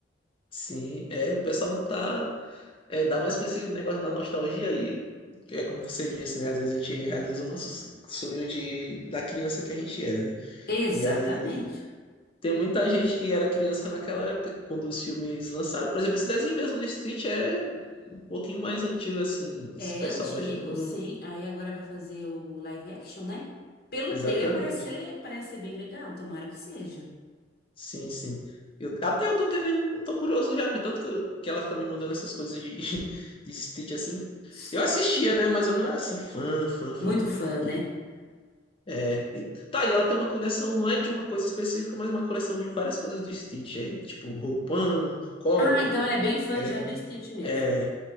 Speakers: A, on the left (about 30°); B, on the left (about 55°).
A: Sim, é, o pessoal tá, é, dá mais com esse negócio da nostalgia aí, é como você disse, né, às vezes a gente realiza o nosso sonho de, da criança que a gente era, né,
B: Exatamente.
A: e aí tem muita gente que era criança naquela época, quando os filmes lançaram, por exemplo, esse desenho mesmo do Stitch é um pouquinho mais antigo, assim,
B: É
A: esse pessoal
B: antigo,
A: mais novo não...
B: sim. Aí agora vai fazer o live action, né? Pelo
A: Exatamente.
B: trailer parece ser, parece ser bem legal, tomara que seja.
A: Sim, sim. Eu, até eu tô querendo, tô curioso já, de tanto que, eu- que ela fica me mandando essas coisas de, <laughs> de Stitch assim.
B: <laughs>
A: Eu assistia, né? Mas eu não era assim, fã, fã, fã.
B: muito fã, né?
A: E, é, e- tá, e ela tem uma coleção, não é de uma coisa específica, mas uma coleção de várias coisas do Stitch aí, tipo roupão, copo.
B: Ah, então ela é bem fã
A: É,
B: já do Stitch mesmo.
A: é,